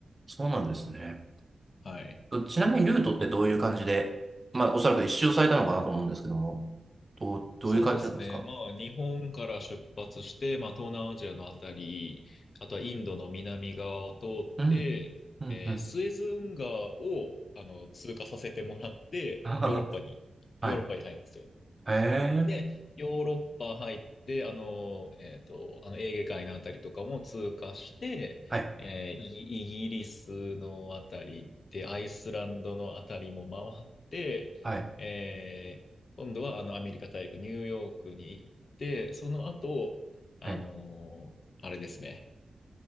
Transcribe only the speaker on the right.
そうなんですね。
とちなみにルートってどういう感じで、まあ、おそらく一周されたのかなと思うんですけども。どう、どういう感じなんですか
うん、うん、
うん。
<laughs>
はい。
へえ。
はい、
はい、
はい。